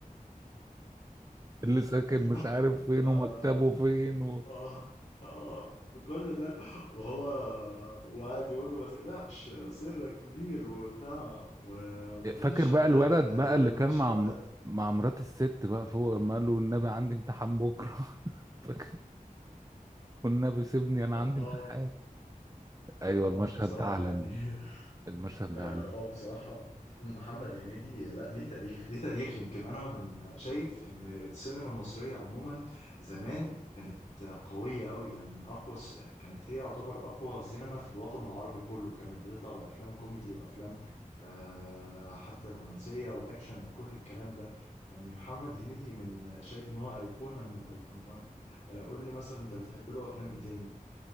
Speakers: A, on the right; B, on the left.
A: اللي ساكن
B: <laughs>
A: مش عارف فين
B: ف-
A: ومكتبه فين و...
B: آه آه كل ده وهو وقعد يقول له ما تقلقش سرك كبير وبتاع ومفيش
A: فاكر بقى
B: اعتبر
A: الولد
B: اعتبر
A: بقى اللي
B: مفيش
A: كان مع
B: حد
A: م-
B: عارف
A: مع مرات الست بقى فوق لما قال له والنبي عندي امتحان بكره <laughs> فاكر والنبي سيبني انا عندي
B: اه
A: امتحان ايوه
B: اه
A: المشهد
B: بصراحة
A: ده عالمي
B: يعني <laughs>
A: المشهد
B: اه
A: ده عالمي
B: آه، بصراحة محمد هنيدي لا ليه تاريخ ليه تاريخ يمكن انا من شايف ان السينما المصرية عموما زمان كانت قوية قوي يعني من اقوى س- كانت هي يعتبر اقوى سينما في الوطن العربي كله كانت بتطلع بافلام كوميدي وافلام آه حتى رومانسية واكشن وكل الكلام ده يعني محمد هنيدي من شايف ان هو ايقونة من الايقونات آه قول لي مثلا انت بتحب له افلام ايه